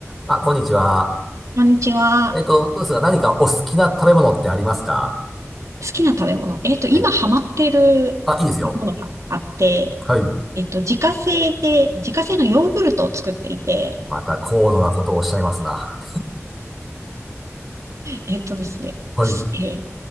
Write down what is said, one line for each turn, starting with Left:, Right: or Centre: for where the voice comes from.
Centre: あ、こんにちは。
Right: こんにちは。
Centre: えっと、どうですか何かお好きな食べ物ってありますか
Right: 好きな食べ物。えっと、
Centre: はい。
Right: 今ハマってる
Centre: あ、いいですよ。
Right: ものがあって、
Centre: はい。
Right: えっと、自家製で、自家製のヨーグルトを作っていて、
Centre: また高度なことをおっしゃいますな。
Right: えっとですね、
Centre: はい。
Right: すえー